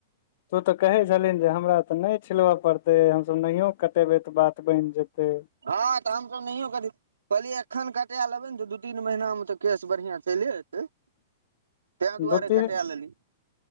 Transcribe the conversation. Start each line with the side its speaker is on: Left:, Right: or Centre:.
Left: तू तऽ कहे छलही जे हमरा तऽ नै छिलब पड़ते हम सभ नहियो कटेबै तऽ बात बैन जेतै।
Right: हऽ तऽ हम सब नाहियो कट। कहलियै एखन कटै लेबै न दू तीन महिना तऽ केश बड़िया चैले एतै।
Left: <inaudible>
Right: तै दुआरे
Left: तीन
Right: करै लेली